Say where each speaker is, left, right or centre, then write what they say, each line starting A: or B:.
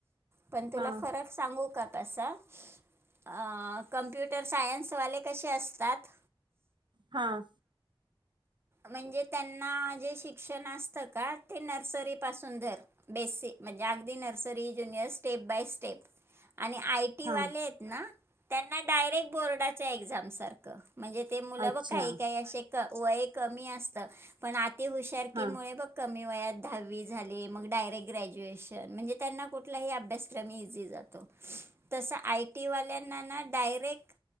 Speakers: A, on the right; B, on the right.
A: पण तुला
B: हा
A: फरक सांगू का कसा? अं,, कं्प्युटर सायन्सवाले कसे असतात?
B: हा,
A: म्हणजे त्यांना, जे शिक्षण असतं का, ते नर्सरीपासून धरऽ बेसीक,, म्हणजे अगदी nursery junior, step by step आणि आयऽ टी
B: हा
A: वाले त ना, त्यांना डायरेक्ट बोर्डच्या एक्जाम सारखऽ म्हणजे ते मुलं,
B: अच्छा
A: काही काही असे वय कमी असत, पण आऽ ती हुशारकी
B: हा
A: मुळे बघ, कमी वयात दहावी झाली, मग डायरेक्ट ग्रॅज्युएशन, म्हणजे त्यांना कुठलाही अभ्यासक्रम इझी जातो.
B: <inaudible>
A: तसं आय टी वाल्यांना ना डायरेक्ट